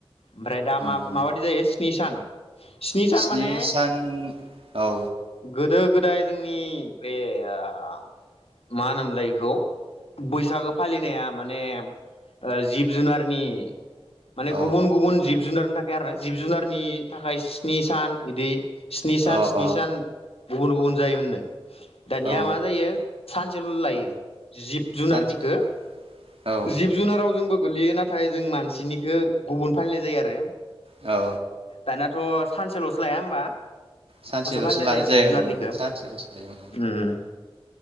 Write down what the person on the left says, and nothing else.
ओमफ्राय दा मा
माबायदि जायो स्नि सान। सान
माने
गोदो गोदाय जोंनि बे ओ मा होनोमलाय बेखौ बैसागो फालिनाया माने ओ जिब जुनारनि माने
गुबुन गुबुन जिब जुनारनि थाखाय आरो जिब जुनारनि थाखाय स्नि सान इदि स्नि सान
स्नि
सान गुबुन गुबुन जायोमोन नो दानिया
मा जायो सानसेल' लायो जिब जुनारनिखौ
जिब जुनाराव जोंबो गोलैयो नाथाय जों मानसिनिखौ गुबुन फालिनाय जायो आरो
दानाथ' सानसेल'सो लाया होमबा?
फालिनाय
जिब जुनारनिखो
उम